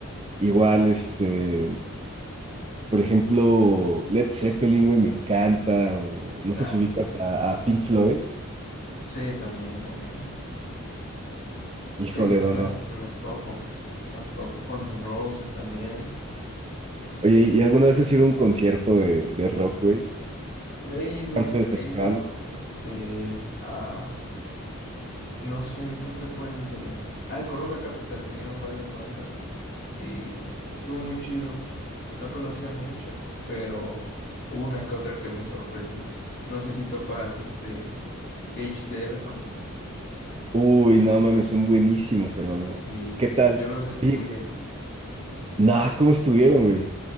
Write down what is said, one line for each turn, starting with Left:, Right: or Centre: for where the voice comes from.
Right: Igual, este, por ejemplo, Led Zeppelin, güey, me encanta. O no
Left: claro,
Right: sé si ubicas
Left: claro.
Right: a, a Pink Floyd.
Left: Sí, también, también.
Right: Híjole,
Left: Sí, los
Right: no,
Left: clásicos,
Right: no.
Left: los topo, los topo. Guns N' Roses también. em,
Right: Oye, ¿y alguna vez has ido a un concierto de, de rock, güey?
Left: he ido,
Right: Aparte del festival.
Left: he ido, este, a No sé, creo que fue el de... Ah, el Corona Capital, vinieron varias bandas y estuvo muy chido. No conocía muchas, pero hubo una que otra que me sorprendió. No sé si topas este Cage the Elephant.
Right: Uy, no mames, son buenísimos, hermano.
Left: Sí,
Right: ¿Qué tal?
Left: yo los descubrí
Right: Oye,
Left: ahí. ca-
Right: nah, ¿cómo estuvieron, güey?